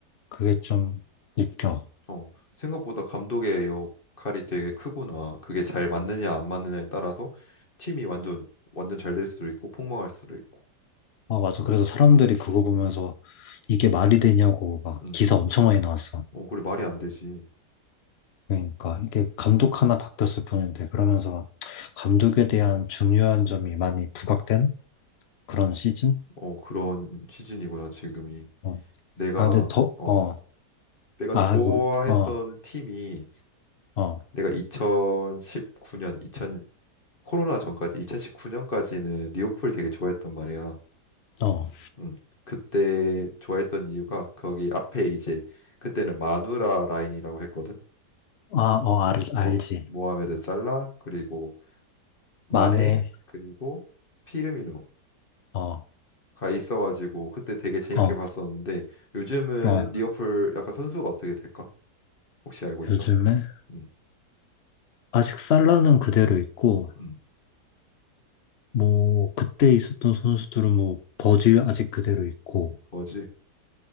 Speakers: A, on the left (about 65°); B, on the left (about 30°).
A: 그게 좀 웃겨.
B: 어, 생각보다 감독의 역할이 되게 크구나. 그게 잘 맞느냐 안 맞느냐에 따라서 팀이 완전 완전 잘 될 수도 있고 폭망할 수도 있고.
A: 아, 맞아. 그래서 사람들이 그거 보면서 이게 말이 되냐고 막
B: 음.
A: 기사 엄청 많이 나왔어.
B: 어, 그래 말이 안 되지.
A: 그러니까 이게 감독 하나 바뀌었을 뿐인데 그러면서
B: 음.
A: 감독에 대한 중요한 점이 많이 부각된 그런 시즌?
B: 어, 그런 시즌이구나 지금이.
A: 어.
B: 내가
A: 아, 근데 더,
B: 어,
A: 어,
B: 어, 내가
A: 아,
B: 좋아했던
A: 이거, 어,
B: 팀이
A: 어,
B: 내가 2019년 2 0 코로나 전까지 2019년까지는 리오풀 되게 좋아했단 말이야.
A: 어,
B: 음. 그때 좋아했던 이유가 거기 앞에 이제 그때는 마누라 라인이라고 했거든.
A: 아, 어, 알, 알지.
B: 어, 모하메드 살라 그리고 마네
A: 만에,
B: 그리고 피르미누어가
A: 어,
B: 있어가지고 그때 되게 재밌게
A: 어,
B: 봤었는데 요즘은
A: 어,
B: 리버풀 약간 선수가 어떻게 될까? 혹시 알고 있어?
A: 요즘에
B: 음,
A: 아직 살라는 그대로 있고,
B: 음,
A: 뭐, 그때 있었던 선수들은 뭐, 버즈 아직 그대로 있고,
B: 뭐지?